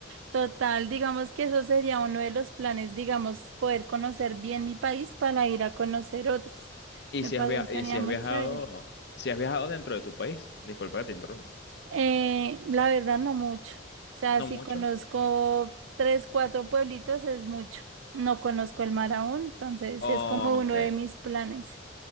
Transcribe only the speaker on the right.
Total, digamos que eso sería uno de los planes, digamos, poder conocer bien mi país para ir a conocer otros.
Me
parecería
muy
chévere.
Eh, la verdad no mucho. O sea,
si
conozco tres, cuatro pueblitos es mucho. No conozco el mar aún, entonces
es como uno de mis planes,